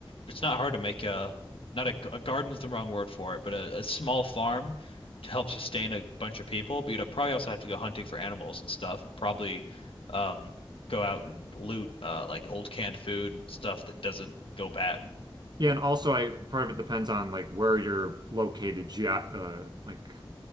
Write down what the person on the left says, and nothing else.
It's not hard to make a not a, g- a garden's the wrong word for it, but a, a small farm to help sustain a bunch of people. But you'd probably also have to go hunting for animals and stuff, and probably um go out and loot uh like old canned food and stuff that doesn't go bad.